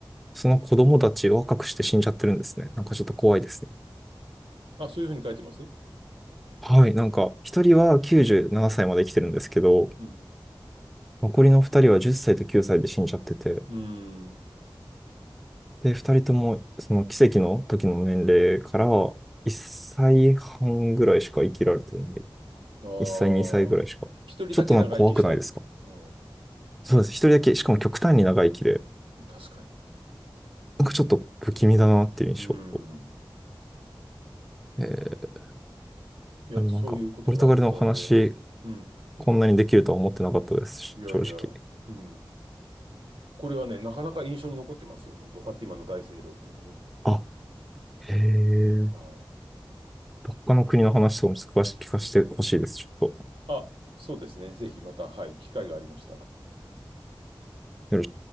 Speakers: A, in the centre; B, on the right.
A: その子供たち若くして死んじゃってるんですね。なんかちょっと怖いですね。
B: あ、そういうふうに書いてます
A: はい、なんか、一人は97歳まで生きてるんですけど、
B: うん、
A: 残りの二人は10歳と9歳で死んじゃってて、
B: うん、
A: で、二人とも、その奇跡の時の年齢から
B: うん。
A: 1歳半ぐらいしか生きられてない。
B: ああ、
A: 1歳、2歳ぐらいしか。
B: 一人だけ長生きしたん、
A: ちょっとなんか怖くないですか
B: うん、
A: そうです。一人だけ、しかも極端に長生きで、
B: 確かに。
A: なんかちょっと不気味だなっていう印象。
B: うん。
A: えー、
B: いや、
A: でもなんか、
B: そういうことがあったんで、
A: ポルトガルのお話、
B: うん。
A: こんなにできるとは思ってなかったです、
B: いやいや、
A: 正直。
B: うん。これはね、なかなか印象に残ってますよ。本当ファティマの大聖堂っていうのもね。
A: あ、へえ。
B: はい。
A: 他の国の話とかもちょっと詳しく聞かせてほしいです。ちょっと。
B: あ、そうですね。ぜひまた、はい、機会がありましたら。
A: よろし